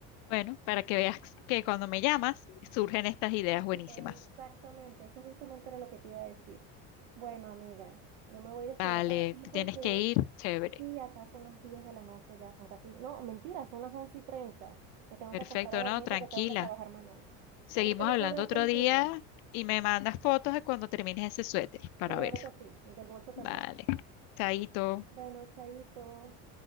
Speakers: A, on the left; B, on the right.
A: Bueno, para que veas que cuando me llamas surgen estas ideas buenísimas.
B: Sí, exactamente, eso justamente era lo que te iba a decir. Bueno, amiga, yo me voy despidiendo
A: Vale,
B: de ti
A: te
B: porque
A: tienes que ir, chévere.
B: sí, acá son las 10 de la noche ya, son casi, no, mentira, son las 11 y 30. Me tengo
A: Perfecto,
B: que acostar a dormir
A: ¿no? Tranquila.
B: porque tengo que trabajar mañana.
A: Seguimos
B: Pero qué lindo
A: hablando
B: hablar
A: otro
B: contigo.
A: día y me mandas fotos de cuando termines ese suéter para
B: Claro
A: verlo.
B: que sí, y del bolso también.
A: Vale. Chaito.
B: Bueno, chaito.